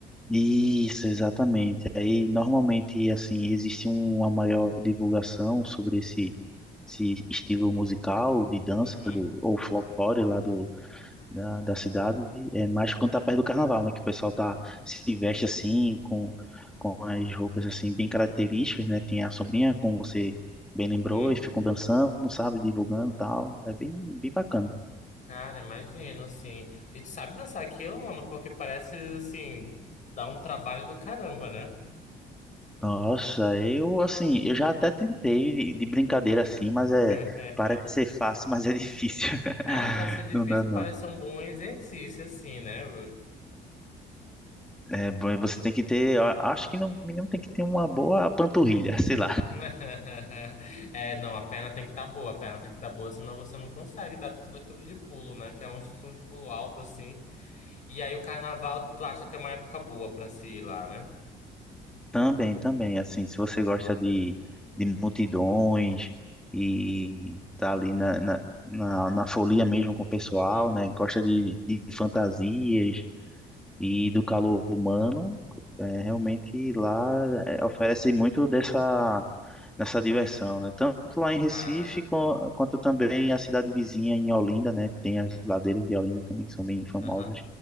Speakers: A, in the centre; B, on the left (about 45°).
A: Isso, exatamente. Aí normalmente assim existe uma maior divulgação sobre esse esse estilo musical de dança
B: Uhum,
A: do, ou folclore lá do, da, da cidade, é mais quando tá perto do carnaval, né? Que o pessoal tá, se veste assim, com, com as roupas assim bem características, né? Tem a sombrinha, como você bem lembrou,
B: uhum.
A: e ficam dançando, sabe? Divulgando e tal. É bem, bem bacana.
B: Cara, imagino, assim. E tu sabe dançar aquilo, mano? Porque parece, assim, dá um trabalho do caramba, né?
A: Nossa, eu assim, eu já até tentei de, de brincadeira assim, mas é,
B: <laughs>
A: parece ser fácil, <laughs> mas é difícil. <laughs>
B: Cara, parece ser difícil
A: Não dá, não.
B: e parece ser um bom exercício, assim, né?
A: É, bom, e você tem que ter, eu acho que no mínimo tem que ter uma boa panturrilha, <laughs> sei lá.
B: <laughs> É, não, a perna tem que estar boa, a perna tem que estar boa, senão você não consegue dar tudo aquilo de pulo, né? Que é uma instrução de pulo alto, assim. E aí o carnaval, tu acha que é uma época boa pra se ir lá, né?
A: Também, também, assim, se você gosta de, de multidões e tá ali na, na, na, na folia mesmo com o pessoal,
B: Uhum.
A: né? Gosta de, de fantasias e do calor humano, é, realmente lá é, oferece muito dessa, dessa diversão, né? Tanto lá em Recife
B: Cara,
A: co- quanto também a cidade vizinha em Olinda, né? Tem as ladeiras de Olinda também que são bem famosas.
B: aham.